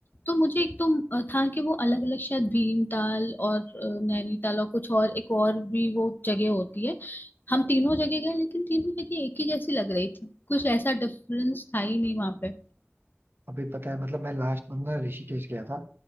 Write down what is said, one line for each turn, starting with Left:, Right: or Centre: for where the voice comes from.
Left: तो मुझे एक तो अ, था कि वो अलग अलग शायद भीमताल और अ, नैनीताल और कुछ और एक और भी वो जगह होती है हम तीनों जगह गए लेकिन तीनों जगह एक ही जैसी लग रही थी कुछ ऐसा डिफरेंस था ही नहीं वहां पे
Right: अभी पता है मतलब मैं लास्ट मंथ ना ऋषिकेश गया था